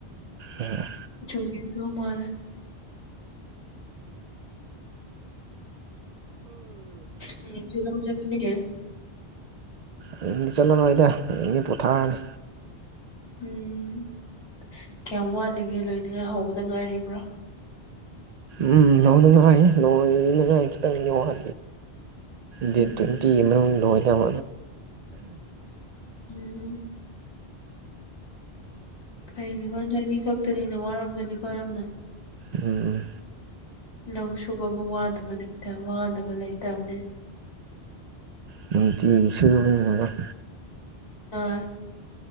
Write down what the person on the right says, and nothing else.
ꯑꯣ
ꯑꯩꯒꯤ ꯆꯠꯂꯔꯣꯏꯗ ꯑꯩꯒꯤ ꯄꯣꯊꯥꯅꯤ
ꯎꯝ ꯅꯅ ꯉꯥꯏ ꯂ ꯉꯥꯏꯇ ꯋꯥꯔ
ꯗꯦ ꯇ꯭ꯋꯦꯟꯇꯤ ꯂ ꯌꯥꯝ
ꯎꯝ
ꯅꯨꯡꯇꯤꯁꯤꯡ ꯃꯅꯨꯡ